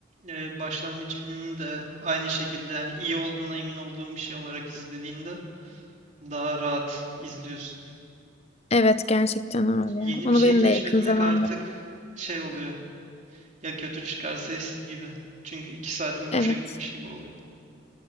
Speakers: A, on the right; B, on the left.
A: e, başlangıç filmini de aynı şekilde hani iyi olduğuna emin olduğum bir şey olarak izlediğinde daha rahat izliyorsun.
B: Evet gerçekten öyle.
A: Yeni
B: Onu
A: bir şey
B: benim
A: keşfetmek
B: de yakın zamanda.
A: artık şey oluyor. Ya kötü çıkarsa eski gibi. Çünkü iki saatin boşa
B: Evet.
A: gitmiş gibi oluyor.